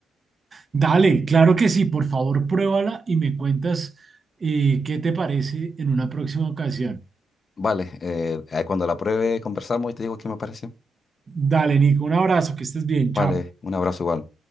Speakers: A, on the right; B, on the left.
A: Dale, claro que sí, por favor, pruébala y me cuentas eh, qué te parece en una próxima ocasión.
B: Vale, eh, ahí cuando la pruebe conversamos y te digo qué me pareció.
A: Dale, Nico, un abrazo, que estés bien, chao.
B: Vale, un abrazo igual.